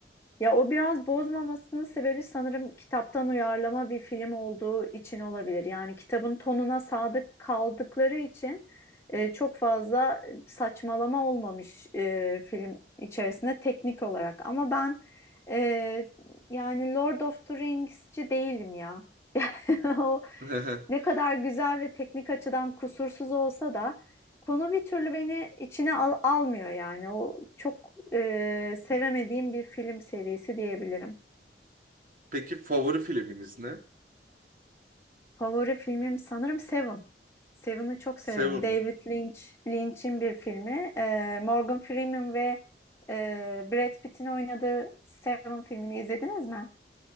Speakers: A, on the left; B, on the right.
A: Ya o biraz bozmamasının sebebi sanırım kitaptan uyarlama bir film olduğu için olabilir. Yani kitabın tonuna sadık kaldıkları için e, çok fazla saçmalama olmamış e, film içerisinde teknik olarak. Ama ben e, yani Lord of the Rings'ci değilim ya. <laughs> O
B: <laughs>
A: ne kadar güzel ve teknik açıdan kusursuz olsa da konu bir türlü beni içine al- almıyor yani. O çok e, sevemediğim bir film serisi diyebilirim.
B: Peki favori filminiz ne?
A: Favori filmim sanırım Seven. Seven'ı çok severim.
B: Seven
A: David
B: mi?
A: Lynch, Lynch'in bir filmi. E, Morgan Freeman ve e, Brad Pitt'in oynadığı Seven filmini izlediniz mi?